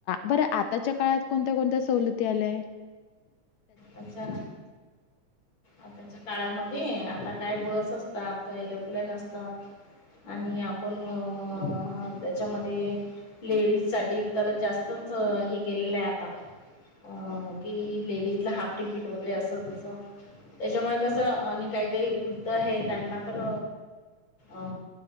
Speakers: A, on the left; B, on the left.
A: बर आ आताच्या काळात कोणत्या कोणत्या सवलती आल्या आहेत
B: अच्छा आताच्या काळामध्ये आता काय बस असतात आता एरोप्लेन असतात आणि आपण अ त्याच्यामध्ये लेडीज साठी तर जास्तच हे केलेलं आहे आता अ कि लेडीज ला हाफ तिकीट वगैरे अस तस त्याच्यामुळे कसं आणि काही काही वृद्ध हे त्यांना तर अ